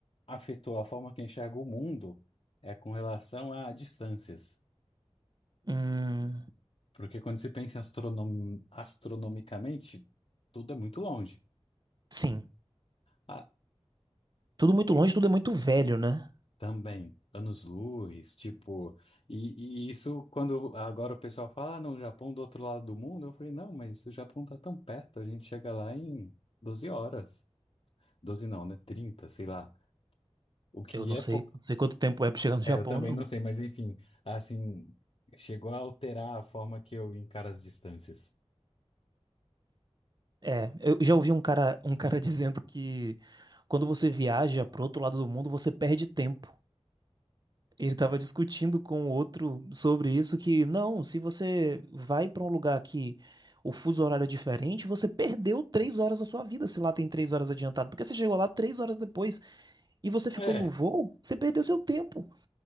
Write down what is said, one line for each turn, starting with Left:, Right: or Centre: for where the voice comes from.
Left: afetou a forma que eu enxergo o mundo é com relação a distâncias.
Right: Hum,
Left: Porque quando se pensa astronom- astronomicamente, tudo é muito longe.
Right: sim.
Left: Ah,
Right: Tudo muito longe, tudo é muito velho, né?
Left: Também, anos-luz, tipo, e, e isso quando agora o pessoal fala, ah, não, o Japão do outro lado do mundo, eu falei, não, mas o Japão tá tão perto, a gente chega lá em 12 horas. doze não, né? trinta sei lá. O que
Right: Eu não
Left: é
Right: sei,
Left: pouco.
Right: não sei quanto tempo é pra chegar no Japão,
Left: É, eu também
Right: não.
Left: não sei, mas enfim, assim, chegou a alterar a forma que eu encaro as distâncias.
Right: É, eu já ouvi um cara, um cara <laughs> dizendo que quando você viaja pro outro lado do mundo, você perde tempo. Ele tava discutindo com outro sobre isso, que não, se você vai pra um lugar que o fuso horário é diferente, você perdeu três horas da sua vida se lá tem três horas adiantado. Porque você chegou lá três horas depois e você ficou
Left: é
Right: no voo, você perdeu seu tempo.